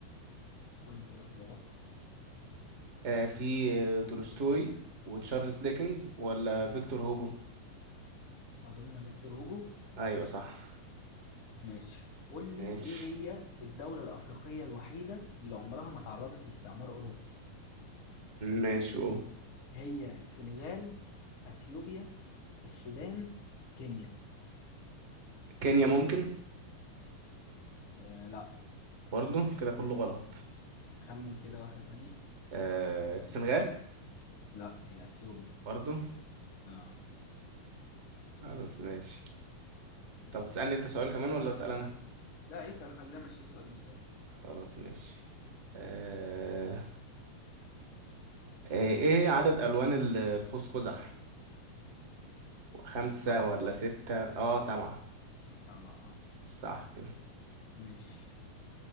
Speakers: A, on the left; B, on the right.
A: قول لي كده اختيارات
B: آه في آه، تولستوي وتشارلز ديكنز ولا فيكتور هوجو؟
A: اظن فيكتور هوجو
B: أيوة صح
A: ماشي قول
B: ماشي
A: لي ايه هي الدولة الأفريقية الوحيدة اللي عمرها ما تعرضت لاستعمار أوروبي
B: ماشي أوه.
A: هي السنغال أثيوبيا السودان كينيا
B: كينيا ممكن
A: آه لا
B: برضو كده كله غلط
A: خمن كده واحدة تانية
B: آه السنغال
A: لا هي أثيوبيا
B: برضو
A: اه
B: خلاص ماشي
A: اسأل
B: طب تسألني
A: كده
B: أنت سؤال كمان ولا أسأل أنا؟
A: لا اسأل خلينا ماشيين سؤال بسؤال
B: خلاص ماشي آه آه، إيه هي عدد ألوان ال- القوس قزح؟ خمسة
A: آه سبعة
B: ولا
A: أظن
B: ستة؟ أه سبعة
A: سبعة
B: صح كده
A: ماشي